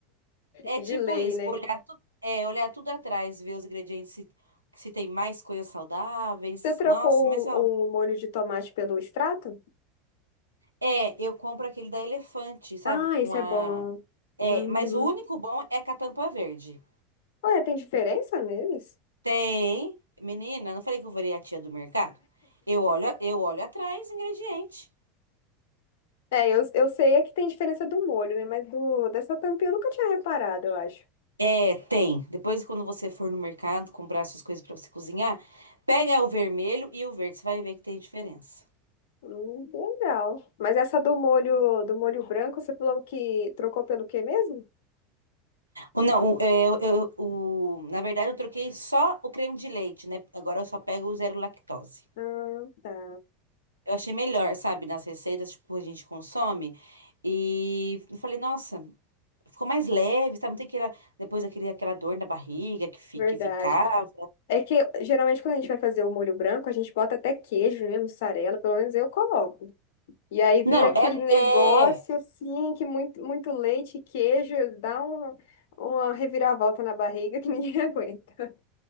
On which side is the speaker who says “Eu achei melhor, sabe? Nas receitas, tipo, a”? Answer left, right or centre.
Right